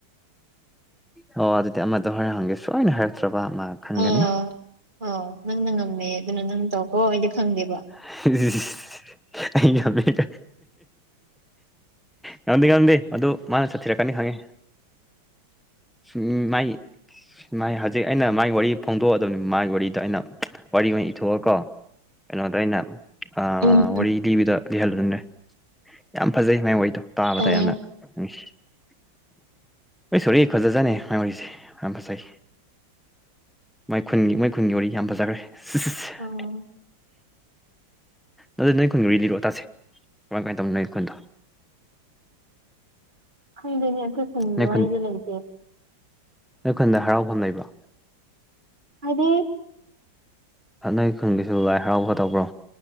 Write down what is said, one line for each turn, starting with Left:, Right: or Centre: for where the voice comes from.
Centre: ꯑꯣ ꯑꯗꯨꯗꯤ ꯑꯃꯗꯣ ꯍꯣꯔꯦꯟ ꯍꯪꯒꯦ ꯁꯣꯏꯅ ꯍꯥꯏꯔꯛꯇ꯭ꯔꯕ ꯃꯥ ꯈꯪꯒꯅꯤ
Right: ꯑꯥ ꯑꯣ ꯅꯪꯅ ꯉꯝꯃꯦ ꯑꯗꯨꯅ ꯅꯪ ꯇꯧꯀꯣ ꯑꯩꯗꯤ ꯈꯪꯗꯦꯕ
Centre: <unintelligible> ꯑꯩꯅ ꯉꯝꯃꯦ <unintelligible> ꯉꯝꯗꯦ ꯉꯝꯗꯦ ꯑꯗꯨ ꯃꯥꯅ ꯊꯤꯔꯛꯀꯅꯦ ꯈꯪꯉꯦ ꯁꯨꯝ ꯃꯥꯏ ꯃꯥꯥꯏ ꯍꯧꯖꯤꯛ ꯑꯩꯅ ꯃꯥꯏ ꯋꯥꯔꯤ ꯐꯣꯡꯗꯣꯛꯑꯗꯝꯅꯤ ꯃꯥꯏ ꯋꯥꯔꯤꯗ ꯑꯩꯅ ꯋꯥꯔꯤ ꯑꯣꯏꯅ ꯏꯊꯣꯛꯑꯀꯣ ꯀꯩꯅꯣꯗ ꯑꯩꯅ ꯑꯥ
Right: ꯎꯝ
Centre: ꯋꯥꯔꯤ ꯂꯤꯕꯗ ꯂꯤꯍꯜꯂꯗꯝꯅꯦ ꯌꯥꯝ ꯐꯖꯩ ꯃꯥꯏ ꯋꯥꯔꯤꯗꯣ ꯇꯥꯕꯗ
Right: ꯑꯣ
Centre: ꯌꯥꯝꯅ <unintelligible> ꯑꯩꯁꯣꯔꯤ ꯐꯖꯖꯥꯠꯅꯦ ꯃꯥꯏ ꯋꯥꯔꯤꯖꯦ ꯌꯥꯝ ꯐꯖꯩ ꯃꯥꯏ ꯈꯨꯟꯒꯤ ꯃꯣꯏ ꯈꯨꯟꯒꯤ ꯋꯥꯔꯤ ꯌꯥꯝ ꯐꯖꯒ꯭ꯔꯦ <unintelligible>
Right: ꯑꯣ
Centre: ꯑꯗꯨ ꯅꯣꯏ ꯈꯨꯟꯒꯤ ꯋꯥꯔꯤ ꯂꯤꯔꯛꯑꫭ ꯇꯥꯁꯦ ꯀꯝꯃꯥꯏ ꯀꯝꯃꯥꯏ ꯇꯧꯕꯅꫭ ꯅꯣꯏ ꯈꯨꯟꯗꯣ
Right: ꯈꯪꯗꯦꯅꯦ ꯑꯈꯣꯏ ꯈꯨꯟꯒꯤ
Centre: ꯅꯣꯏ
Right: ꯋꯥꯔꯤꯗꯤ
Centre: ꯈꯨꯟ
Right: ꯂꯩꯇꯦ
Centre: ꯅꯣꯏ ꯈꯨꯟꯗ ꯍꯔꯥꯎꯐꯝ ꯂꯩꯕ꯭ꯔꯣ
Right: ꯍꯥꯏꯗꯤ
Centre: ꯅꯣꯏ ꯈꯨꯟꯒꯤꯁꯨ ꯂꯥꯏ ꯍꯔꯥꯎꯕ ꯇꯧꯕ꯭ꯔꯣ